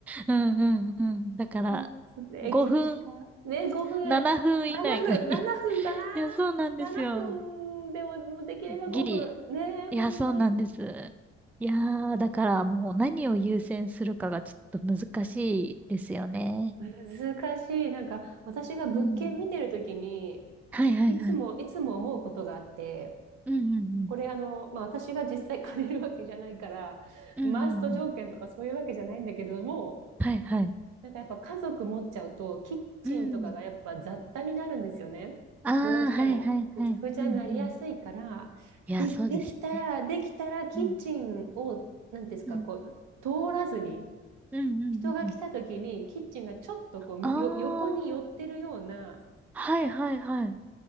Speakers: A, in the centre; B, on the right.
A: うんうんうん。だから、
B: うんとね、
A: 5分、
B: 駅近。ね、5分。
A: 7分以内がいい。
B: 7分、7分かな。
A: <laughs> いや、そうなんですよ。
B: 7分でも、もうできれば5分。
A: ギリ。
B: ねえ、本当。
A: いや、そうなんです。いやー、だからもう何を優先するかがちょっと難しいですよね。
B: 難しい。なんか、私が物件見てるときに、
A: うん。はいはいはい。
B: いつも、いつも思うことがあって、
A: うんうん
B: これあの、まあ、私が実際借りるわけじゃないから、
A: うん。
B: マースト条件とかそういうわけじゃないんだけれども、
A: うんうんうん。はいはい。
B: なんかやっぱ家族持っちゃうと、キッチンとかがやっぱ雑多になるんですよね。
A: うん。ああ、
B: どうしても。
A: はいはいはい。
B: ぐちゃぐちゃになりやすいから、
A: うんうん。いや、
B: で、
A: そうですよね。
B: できたら、できたらキッチンを、
A: うん。
B: なんていうんですか、
A: うん。
B: こう、通らずに、
A: うんうんうんうん。
B: 人が来た時にキッチンがちょっとこうよ横に寄ってるような
A: ああ、はいはいはい。